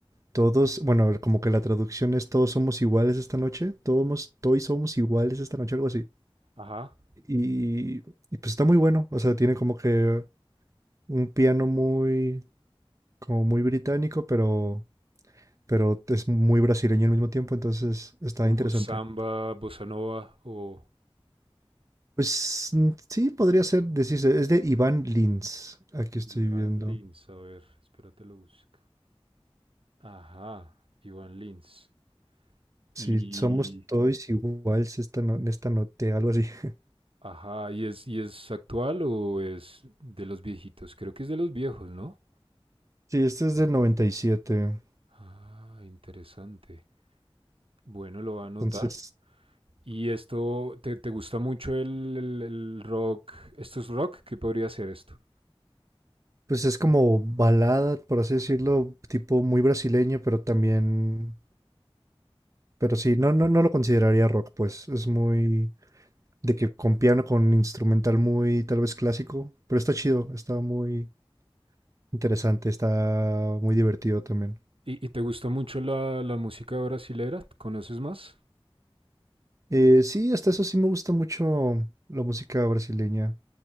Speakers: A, on the right; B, on the right.
A: Todos, bueno, como que la traducción es todos somos iguales esta noche, todos, todos somos iguales esta noche, algo así.
B: ajá.
A: Y, y pues está muy bueno, o sea, tiene como que un piano muy, como muy británico, pero, pero es muy brasileño al mismo tiempo, entonces está
B: Como
A: interesante.
B: samba, bossa nova o
A: Pues mm, sí, podría ser, decirse, es de Iván Lins, aquí estoy
B: Iván
A: viendo.
B: Lins. A ver, espérate lo busco. Ajá, Iván Lins.
A: Si
B: Y...
A: somos todos iguales esta, no- esta noche, algo así. <laughs>
B: Ajá, ¿y es, y es actual o es de los viejitos? Creo que es de los viejos, ¿no?
A: Sí, este es del 97
B: Ah, interesante. Bueno, lo va a anotar.
A: entonces
B: ¿Y esto te, te gusta mucho el, el- el rock? ¿Esto es rock? ¿Qué podría ser esto?
A: Pues es como balada, por así decirlo, tipo muy brasileño, pero también, pero sí, no, no, no lo consideraría rock, pues es muy de que con piano, con instrumental muy tal vez clásico, pero está chido, está muy interesante, está muy divertido también.
B: ¿Y, y te gusta mucho la, la música brasilera? ¿Conoces más?
A: Eh, sí, hasta eso sí me gusta mucho la música brasileña.